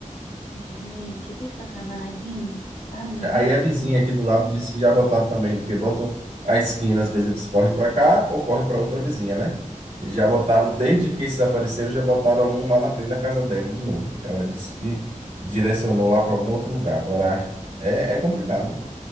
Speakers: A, on the left; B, on the right.
A: gente, que sacanagem. Ah, não.
B: Aí
A: eu fico
B: a vizinha
A: só.
B: aqui do lado disse que já botaram também, porque botam a esquina, às vezes eles correm para cá ou correm para outra vizinha, né? E já botaram, desde que esses apareceram, já botaram um lá na frente da casa dela de novo. Ela disse que direcionou lá para algum outro lugar. Agora, é, é complicado.